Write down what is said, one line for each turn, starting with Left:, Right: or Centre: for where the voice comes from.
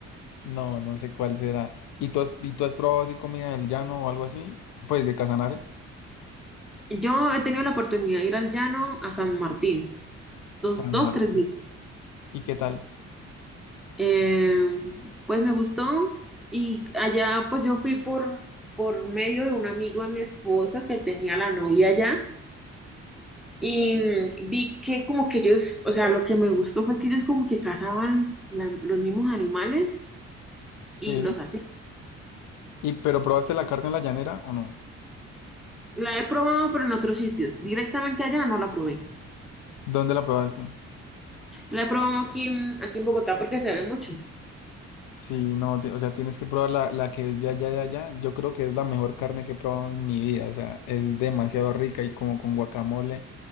Left: No, no sé cuál será. ¿Y tú has, y tú has probado así comida del llano o algo así? Pues de Casanare,
Centre: <laughs> Yo he tenido la oportunidad de ir al llano a San Martín, dos,
Left: San
Centre: dos,
Left: Martín.
Centre: tres veces.
Left: ¿Y qué tal?
Centre: Eh, pues me gustó y allá pues yo fui por, por medio de un amigo de mi esposa que tenía la novia allá y mm, vi que como que ellos, o sea, lo que me gustó fue que ellos como que cazaban la- los mismos animales
Left: Sí.
Centre: y los así.
Left: ¿Y pero probaste la carne en la llanera o no?
Centre: La he probado, pero en otros sitios. Directamente allá no la probé.
Left: ¿Dónde la probaste?
Centre: La he probado aquí en, aquí en Bogotá porque se ve mucho.
Left: Sí, no, ti- o sea, tienes que probar la, la que es de allá, de allá. Yo creo que es la mejor carne que he probado en mi vida. O sea, es demasiado rica y como con guacamole,